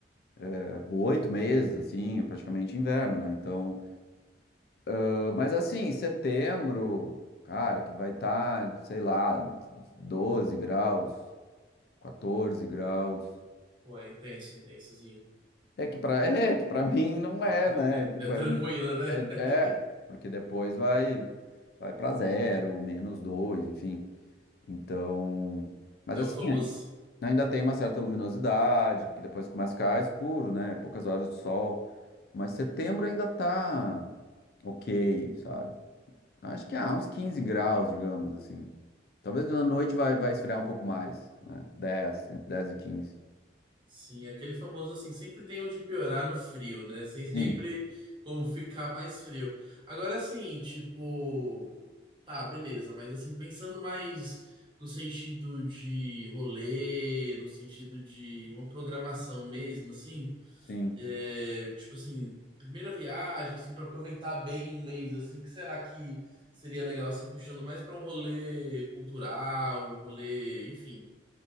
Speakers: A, on the left; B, on the right.
A: é, oito meses, assim, é praticamente inverno, né? Então, ah, mas assim, setembro, cara, que vai estar, sei lá, 12 graus, 14 graus.
B: Ué, intenso, intensozinho.
A: É que para é que para mim não é,
B: É,
A: né?
B: é-
A: Tipo,
B: é tranquilo,
A: é,
B: né?
A: é,
B: <laughs>
A: é, porque depois vai vai para zero, menos dois, enfim. Então, mas
B: É
A: assim,
B: o famoso.
A: ai- ainda tem uma certa luminosidade, porque depois começa a ficar escuro, né? Poucas horas de sol. Mas setembro ainda tá ok, sabe? Acho que há uns 15 graus, digamos assim. Talvez na noite vai, vai esfriar um pouco mais, né? dez entre dez e quinze
B: Sim, aquele famoso assim, sempre tem onde piorar no frio, né? <laughs> Sem sempre
A: Sim,
B: como ficar mais frio. Agora assim, tipo, tá, beleza, mas assim, pensando mais no sentido de rolê, no sentido de uma programação mesmo, assim,
A: sim.
B: é, tipo assim, primeira viagem, assim, para aproveitar bem um mês, assim, que será que seria legal, assim, puxando mais para um rolê cultural, um rolê, enfim.